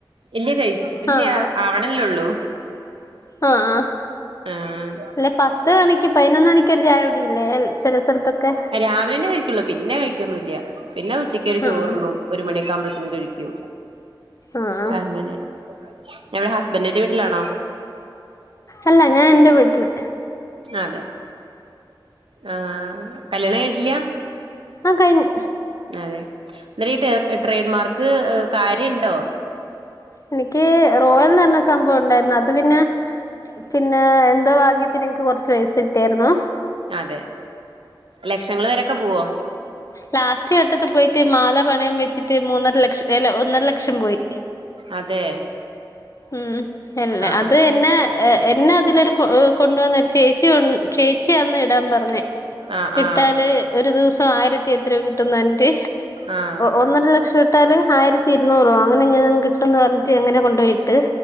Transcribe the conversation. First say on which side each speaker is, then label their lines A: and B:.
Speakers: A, on the right (about 85°); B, on the left (about 40°).
A: ഇല്ല കഴിച്ചിട്ടില്ല
B: ആഹ്
A: ആവണല്ലേള്ളൂ
B: ആആ
A: ആഹ്
B: അല്ല പ ത്ത് മണിക്ക് പതിനൊന്ന് മണിക്കൊരു ഛായകുടിയില്ലേ ചില സ്ഥലത്തൊക്കെ
A: രാവിലെന്നെ കഴിക്കുള്ളൂ പിന്നെ കഴിക്കൊന്നൂല്ലേ പിന്നെ ഉച്ചക്കൊരു ചോറുണ്ണും
B: ആഹ്
A: ഒരു മണിയൊക്കെ ആവുമ്പോഴത്തിനും കഴിക്കും
B: ആഹ് ആഹ്
A: അങ്ങനെ എവിടെ ഹസ്ബന്റിന്റെ വീട്ടിലാണോ?
B: അല്ല ഞാൻ എന്റെ വീട്ടില്
A: അതെ ആ കല്യാണം കഴിഞ്ഞിട്ടില്ല
B: ആ കഴിഞ്ഞ്
A: അതെ ഇന്നിട്ടീ ഈ ട്രേഡ്മാർക്ക് കാര്യണ്ടോ?
B: എനിക്ക് റോയൽന്ന് പറഞ്ഞ സംഭവം ഉണ്ടായിരുന്നു അത് പിന്നെ പിന്നെ എന്തോ ഭാഗ്യത്തിന് എനിക്ക് കൊറച്ച് പൈസ കിട്ടിയാര്ന്നു
A: അതെ ലക്ഷങ്ങള് വരൊക്കെ പോവോ?
B: ലാസ്റ്റ് ഘട്ടത്തി പോയിട്ട് മാല പണയം വെച്ചിട്ട് മൂന്നര ലക്ഷം അല്ല ഒന്നര ലക്ഷം പോയി
A: അതെ
B: ഉം എല്ലെ
A: ആഹ്
B: അത് എന്നെ എ എന്നെ അതിലൊരു കൊണ്ടുവന്ന ഒരു ചേച്ചി ചേച്ചിയാന്ന് ഇടാൻ പറഞ്ഞേ
A: ആഹ്
B: ഇട്ടാല്
A: ആഹ്
B: ഒരു ദിവസം ആയിരത്തി എത്രോ കിട്ടുന്ന് പറഞ്ഞിട്ട്
A: ആഹ് ആഹ്
B: ഒന്നര ലക്ഷം ഇട്ടാൽ ആയിരത്തിരുന്നൂറ് അങ്ങനെങ്ങനേം കിട്ടുന്ന് പറഞ്ഞിട്ട് അങ്ങനെ കൊണ്ടോയി ട്ട്